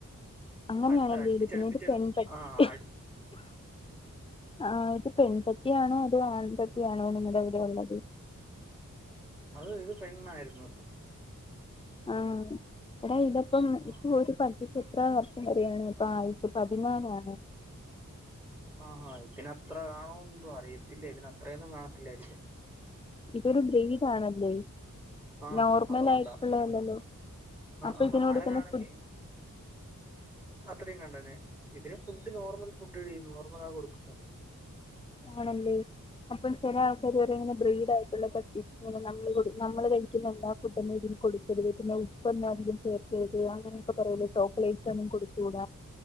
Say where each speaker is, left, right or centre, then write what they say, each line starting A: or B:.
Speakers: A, on the left; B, in the centre.
A: അങ്ങനെയണല്ലീഇടുക്കുന്നത്ഒരു
B: അടുത്ത അടുപ്പിച്ചടുപ്പിച്ചെടുക്ക
A: പെൻ പട്ടി...
B: ആ അടു
A: ആ ഇത് പെൺപട്ടിയാണോ അതോ ആൺപട്ടി ആണോ നിങ്ങളുടെ അവിടെ ഉള്ളത്..
B: അത് ഇത് പെണ്ണായിരുന്നു..
A: ആഹ് എടാ ഇതപ്പം
B: ആ
A: ഇപ്പ ഒരു പദ്ധ... എത്ര വർഷം കൂടിയാണ് ഇപ്പൊ ആയുസ് പതിന്നലാണോ...
B: ആഹാ ഇതിനന്ത്ര കാണോ എന്തോ അറിയത്തില്ല ഇതിനന്ത്രയൊന്നും കാണത്തില്ലായിരിക്കും.
A: ഇതൊരു ഗ്രീഡ ആണല്ലേ.
B: ആ
A: നോർമൽ
B: അതുകൊണ്ടാ
A: ആയിട്ടുള്ളല്ലല്ലോ
B: ആ
A: അപ്പൊ ഇതിന്
B: നാടനാണെങ്കി
A: കൊടുക്കുന്ന ഫുഡ്..
B: അത്രയും കണ്ടന്നെ ഇതിന് ഫുഡ് നോർമൽ ഫുഡ് ടി നോർമൽ ആ കൊടുക്കും..
A: ആണല്ലേ അപ്പം ചില ആൾക്കാർ ഒരങ്ങനെ ബ്രീഡ് ആയിട്ടുള്ള പട്ടി അങ്ങനെ നമ്മള് നമ്മള് കഴിക്കുന്ന എല്ലാ ഫുഡൊന്നും ഇതിൽ കൊടുക്കരുത് പിന്നെ ഉപ്പന്നുംധികം ചേർക്കരുത് അങ്ങന ചോക്ലേറ്റ് ഒന്നും കൊടുത്തൂട